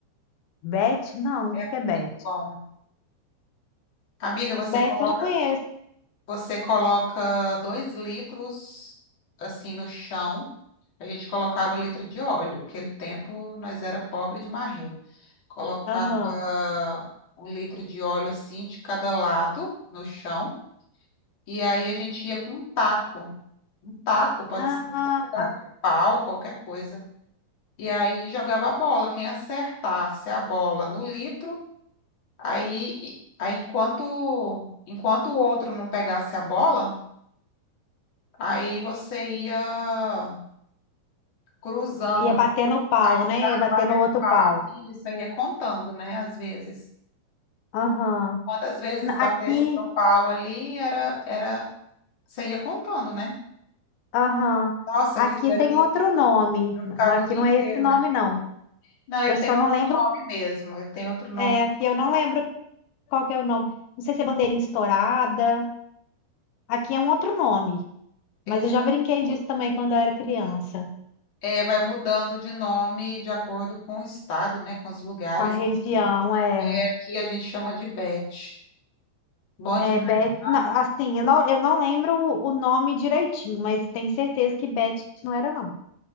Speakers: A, on the left; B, on the left.
A: Bet, não,
B: É
A: o que que é
B: muito
A: bet?
B: bom. Amiga, você
A: Beth
B: coloca,
A: eu não conheço.
B: você coloca dois litros assim no chão. A gente colocava litro de óleo. Aquele tempo nós era pobre de marrer. Colocava
A: Aham.
B: um litro de óleo assim de cada lado no chão. E aí a gente ia com um taco. Um taco, pode
A: Ah,
B: ser um pedaço
A: tá.
B: de pau, qualquer coisa. E aí jogava a bola, quem acertasse a bola no litro, aí, aí enquanto, enquanto o outro não pegasse a bola, aí você ia cruzando
A: Ia
B: assim,
A: bater no pau,
B: a estrada,
A: né? Ia bater
B: batendo
A: no outro
B: papo,
A: pau.
B: e isso aí ia contando, né, às vezes.
A: Aham.
B: Quantas vezes
A: Na-
B: batesse
A: Aqui,
B: no pau ali, era, era, você ia contando, né?
A: aham.
B: Nossa,
A: Aqui
B: aquilo ali,
A: tem outro nome.
B: eu ficava
A: Aqui
B: o dia
A: não
B: inteiro
A: é esse nome,
B: naquilo.
A: não.
B: Não, ele
A: Eu
B: tem
A: só
B: outro
A: não lembro.
B: nome mesmo, ele tem outro nome.
A: É, aqui eu não lembro qual que é o nome. Não sei se é bandeirinha estourada. Aqui é um outro nome.
B: Isso
A: Mas eu já brinquei disso também quando eu era criança.
B: É, vai mudando de nome de acordo com o estado, né? Com os lugares.
A: Com a região, é.
B: É, aqui a gente chama de Bete. Bom
A: É,
B: demais.
A: Beth.
B: Nossa.
A: não, assim, eu não, eu não lembro o o nome direitinho, mas tenho certeza que Beth não era, não.